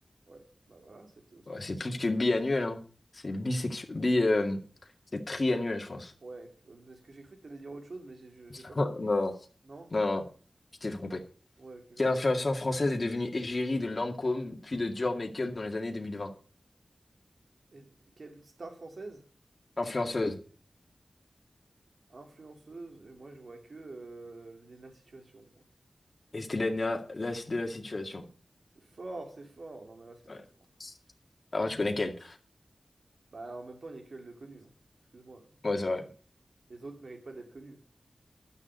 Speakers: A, on the right; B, on the left.
A: Ouais, bah voilà, c'était aussi
B: Ouais,
A: ça.
B: c'est plus que biannuel, hein. C'est bisexuel. Bi, euh, c'est triannuel, je pense.
A: Ouais, euh, parce que j'ai cru que t'allais dire autre chose, mais j'ai je-
B: <laughs>
A: j'ai pas compris.
B: Non, non,
A: Non?
B: non, Je t'ai trompé.
A: Ouais, que
B: Quelle
A: je me-
B: influenceuse française est devenue égérie de Lancôme, puis de Dior Makeup dans les années 2020?
A: Et quelle star française?
B: Influenceuse.
A: Influenceuse? Et moi, je vois que euh, Léna Situation.
B: Et c'était la, la de la situation.
A: C'est fort, c'est fort. Non, mais là, c'est très
B: Ouais.
A: fort.
B: Ah ouais, tu connais quelle?
A: Bah, en même temps, il n'y a que elle de connue. hein. Excuse-moi.
B: Ouais, c'est vrai.
A: Les autres méritent pas d'être connus.